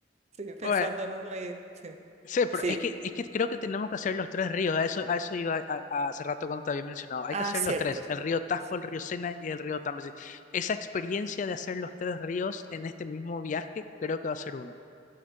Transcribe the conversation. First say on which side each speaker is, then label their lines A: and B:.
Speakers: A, on the right; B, on the left.
A: Estoy pensando
B: Bueno,
A: en uno y... Sí,
B: Sí, pero
A: sí.
B: es que, es que creo que tenemos que hacer los tres ríos. A eso, a eso iba a- a- hace rato cuando te había mencionado. Hay
A: Ah,
B: que hacer
A: cierto.
B: los tres, el río Tajo,
A: Sí.
B: el río Sena y el río Támesis. Esa experiencia de hacer los tres ríos en este mismo viaje creo que va a ser única.